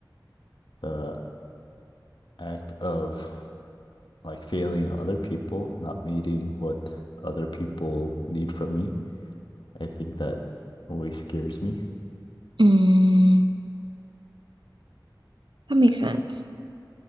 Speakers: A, on the left; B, on the right.
A: the act of like failing other people, not meeting what other people need from me. I think that always scares me.
B: Mm. That makes sense.